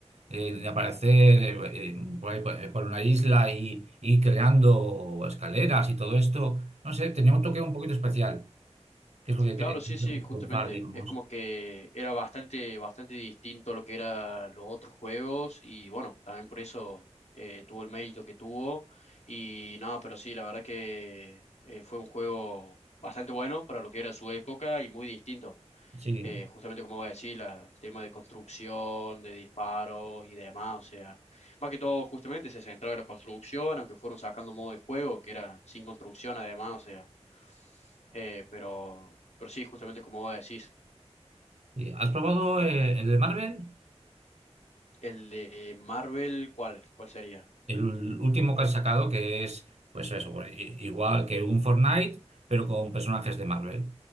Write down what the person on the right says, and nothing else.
eh, de aparecer eh, eh, por, ahí, por- por una isla y ir creando escaleras y todo esto. No sé, tenía un toque un poquito especial, que es lo que,
que-
lo que
contar, digamos.
Sí.
Y, ¿Has probado eh, el de Marvel?
El último que han sacado, que es, pues eso, pues, i- igual que un Fortnite, pero con personajes de Marvel.